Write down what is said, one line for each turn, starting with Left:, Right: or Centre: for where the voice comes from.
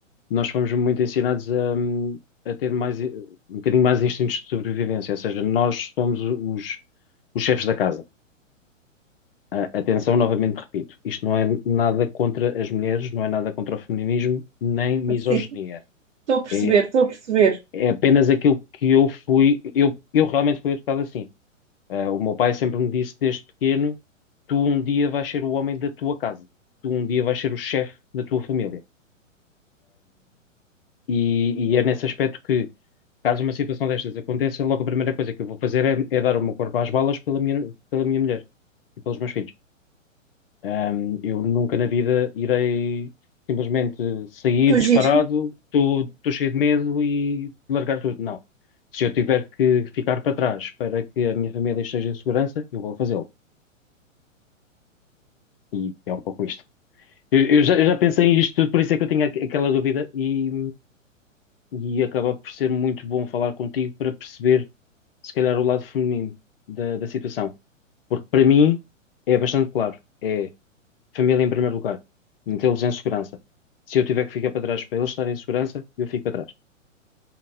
Left: nós fomos muito ensinados a, a ter mais, um bocadinho mais instintos de sobrevivência, ou seja, nós somos os, os chefes da casa. A- Atenção, novamente repito, isto não é nada contra as mulheres, não é nada contra o feminismo, nem misoginia.
Right: <laughs> Sim. Estou a perceber,
Left: É,
Right: estou a perceber.
Left: é apenas aquilo que eu fui, eu, eu realmente fui educado assim. Ah, o meu pai sempre me disse desde pequeno: tu um dia vais ser o homem da tua casa, tu um dia vais ser o chefe da tua família. E, e é nesse aspecto que, caso uma situação destas aconteça, logo a primeira coisa que eu vou fazer é, é dar o meu corpo às balas pela minha, pela minha mulher e pelos meus filhos. Ahm, eu nunca na vida irei simplesmente sair
Right: Que
Left: disparado,
Right: giro.
Left: estou cheio de medo e largar tudo. Não. Se eu tiver que ficar para trás para que a minha família esteja em segurança, eu vou fazê-lo. E é um pouco isto. Eu, eu já, eu já pensei em isto tudo, por isso é que eu tinha aqu- aquela dúvida e, e acaba por ser muito bom falar contigo para perceber se calhar, o lado feminino da, da situação. Porque para mim é bastante claro. É família em primeiro lugar, metê-los em segurança. Se eu tiver que ficar para trás para eles estarem em segurança, eu fico para trás.